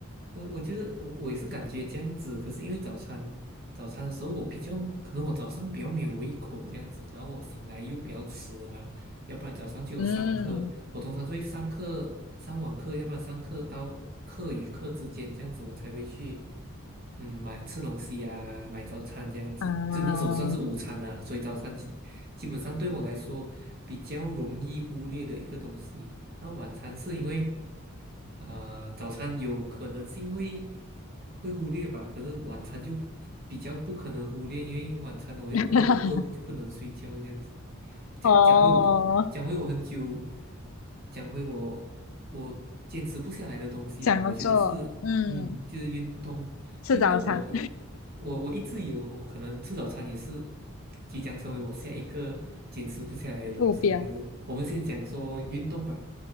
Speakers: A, on the right; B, on the left.
A: 我我觉得我我也是感觉这样子，可是因为早餐早餐的时候我比较可能我早上比较没有胃口这样子，然后我醒来又比较迟嘛，要不然早上就有上课，
B: 嗯
A: 我通常都会上课上网课，要不然上课到课与课之间这样子，我才会去嗯买吃东西啊，买早餐这样子，
B: 啊
A: 就那时候算是午餐啦、所以早餐基基本上对我来说比较容易忽略的一个东西，然后晚餐是因为。啊、早餐有可能性会会忽略吧，可是晚餐就比较不可能忽略，因为晚餐我会饿，
B: <laughs>
A: 我饿不就不能睡觉这样子。讲讲回我不讲回我很久，
B: 哦，
A: 讲回我我坚持不下来的东西吧，
B: 想要做嗯
A: 我觉得是嗯，就是运动，
B: 吃早餐
A: 运动我一我我一直有，我可能吃早餐也是即将成为我下一个坚持不下来的东西，
B: 目标，
A: 这样子。我们先讲说运动吧。